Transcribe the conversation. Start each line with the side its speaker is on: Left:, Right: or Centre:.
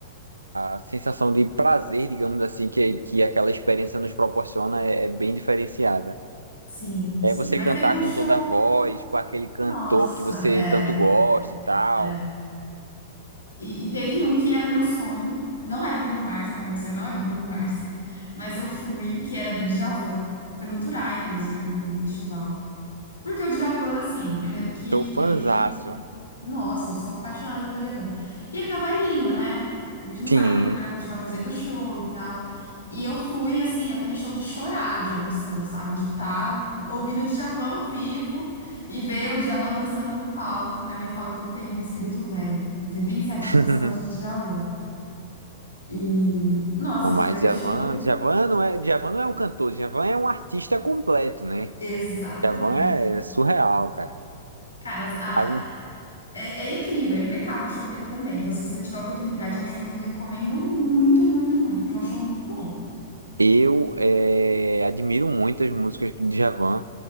Right: a sensação de prazer, digamos assim, que, que aquela experiência nos proporciona é, é bem diferenciada.
Left: Sim,
Right: É
Left: sim.
Right: você
Left: Mas
Right: cantar
Left: teve um
Right: com
Left: show.
Right: toda a voz, com aquele cantor
Left: Nossa,
Right: que você
Left: é,
Right: tanto gosta e tal.
Left: é. E, e teve um que era meu sonho. Não era Bruno Mars, tá? Meu sonho não era Bruno Mars. <laughs> Mas eu fui, que era do Djavan. Foi no Turá, inclusive, foi no festival. Porque o Djavan, assim, primeiro que
Right: Sou fãzaço.
Left: ele. Nossa, eu sou apaixonada pelo Djavan. E ele tá velhinho, né? A gente não
Right: Sim.
Left: sabe quanto tempo ele vai continuar fazendo show e tal. E eu fui, assim, aquele show de chorar de emoção, sabe? De estar ouvindo o Djavan ao vivo e ver o Djavan dançando no palco. Minha mãe fala que eu tenho um espírito velho. Eu tenho 27
Right: <laughs>
Left: anos, eu gosto de Djavan. E, nossa,
Right: Não, mas
Left: foi
Right: Djavan,
Left: o show
Right: Djavan não é, Djavan não é um cantor, Djavan é um artista completo, né?
Left: exatamente.
Right: Djavan é surreal, cara.
Left: Cara, as- a-
Right: A gente-
Left: É, é incrível, é impecável o show dele também. Então, se você tiver a oportunidade, é um show que eu recomendo muito, muito, muito, porque é um show muito bom.
Right: Eu eh, admiro muito as músicas do Djavan.